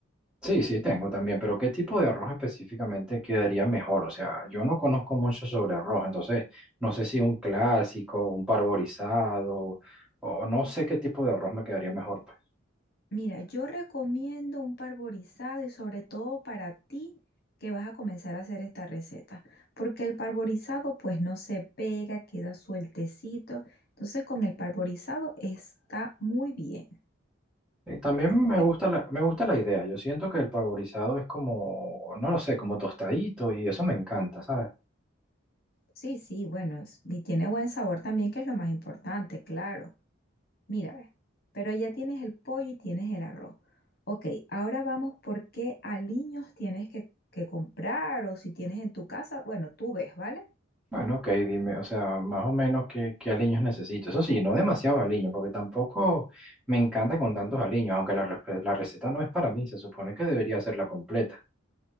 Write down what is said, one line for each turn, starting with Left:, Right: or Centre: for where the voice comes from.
Centre: Sí, sí, tengo también, pero ¿qué tipo de arroz específicamente quedaría mejor? O sea, yo no conozco mucho sobre arroz, entonces no sé si un clásico, un parborizado, o no sé qué tipo de arroz me quedaría mejor, pues.
Left: Mira, yo recomiendo un parborizado y sobre todo para ti que vas a comenzar a hacer esta receta, porque el parborizado pues no se pega, queda sueltecito, entonces con el parborizado está muy bien,
Centre: Y también
Left: ¿ok?
Centre: me gusta la, me gusta la idea. Yo siento que el parborizado es como, no lo sé, como tostadito y eso me encanta, ¿sabes?
Left: Sí, sí, bueno, es- y tiene buen sabor también, que es lo más importante, claro. Mira, ve, pero ya tienes el pollo y tienes el arroz. Ok, ahora vamos por qué aliños tienes que, que comprar o si tienes en tu casa, bueno, tú ves, ¿vale?
Centre: Bueno, ok, dime, o sea, más o menos qué, qué aliños necesito. Eso sí, no demasiados aliños, porque tampoco me encanta con tantos aliños, aunque la, re- la receta no es para mí, se supone que debería ser la completa.